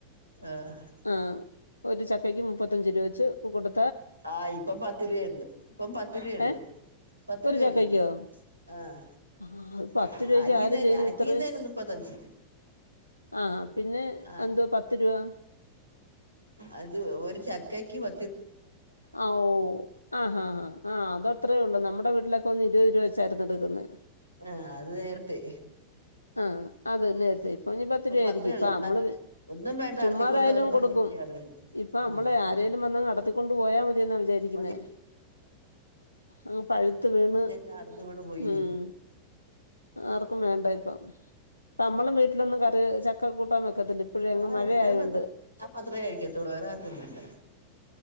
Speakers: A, on the right; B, on the left.
A: ആഹ്
B: ആഹ് ഒരു ചക്കയ്ക്ക് മുപ്പത്തഞ്ച് രൂപ വെച്ച് കൊട്
A: ആഹ് ഇപ്പ പത്ത് രൂപ ഉണ്ട് ഇപ്പം പത്ത് രൂപ ഉണ്ട്
B: ഏ
A: പത്ത്
B: ഒരു
A: രൂപ
B: ചക്കയ്ക്കോ
A: ഉള്ള് ആഹ്
B: ആ അത് പത്ത്
A: <unintelligible>
B: രൂപയ്ക്ക്
A: അരിഞ്ഞേന്
B: ആര് ചെയ്യും ഇത്രയും
A: മുപ്പത്തഞ്ച്
B: ആ പിന്നെ
A: ആ
B: എന്തോ പത്ത് രൂപ
A: അത് ഒരു ചക്കക്ക് പ
B: ഓ ആഹ് ആ ആ ആഹ് അതത്രേ ഉള്ളു നമ്മുടെ വീട്ടിലൊക്കെ ഒന്ന് ഇരുപത് രൂപ വെച്ചായിർന്ന് എടുക്കുന്നത്
A: ആ അത് നേരത്തെ
B: ആഹ് അതെ നേരത്തെ ഇപ്പൊ പത്ത് രൂപ
A: പത്തേ
B: ആായിരിക്കും
A: ഉള്ളൂ
B: ഇപ്പ
A: എന്നാലും
B: നമ്മള്
A: ഒന്നും വേണ്ട നടത്തി
B: ചുമ്മാതായാലും
A: കൊണ്ടുപോവാന്ന് പറഞ്ഞിരിക്ക
B: കൊടുക്കും
A: ആളുകള്
B: ഇപ്പ
A: ആ
B: നമ്മള് ആരേലും വന്ന് നട കൊണ്ട് പോയാൽ മതി എന്ന വിചാരിക്കുന്നേ
A: മതി
B: ആ പഴുത്ത് വീണ്
A: എല്ലാ അട്ന്ന് വീണ് പോയിേ
B: ഉം ആർക്കും വേണ്ട ഇപ്പ നമ്മളും വീട്ടിലൊന്ന് കറി ചക്ക കൂട്ടാൻ വെക്കത്തില്ല ഇപ്പോഴ അങ്ങ്
A: ആ
B: മഴയായോണ്ട്
A: ഇവിടെ ഞാൻ മാത്രേ കഴിക്കത്തോള്ളൂ വേറെ ആർക്കൊന്നും വേണ്ട